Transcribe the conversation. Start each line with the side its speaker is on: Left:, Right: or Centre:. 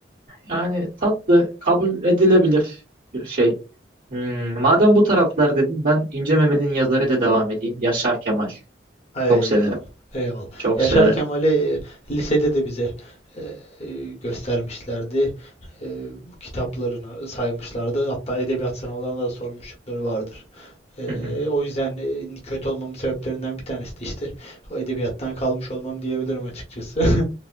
Right: yani tatlı kabul edilebilir bir şey. Hmm, madem bu taraflar dedim ben İnce Mehmet'in yazılarıyla devam edeyim. Yaşar Kemal.
Left: Eyvallah.
Right: Çok severim.
Left: Eyvallah.
Right: Çok
Left: Yaşar
Right: severim.
Left: Kemal'i e, lisede de bize e, e, göstermişlerdi. E, bu kitaplarını saymışlardı. Hatta edebiyat sınavlarında da sormuşlukları vardır. E,
Right: <laughs>
Left: o yüzden e, kötü olmamın sebeplerinden bir tanesi de işte o edebiyattan kalmış olmam diyebilirim açıkçası. <laughs>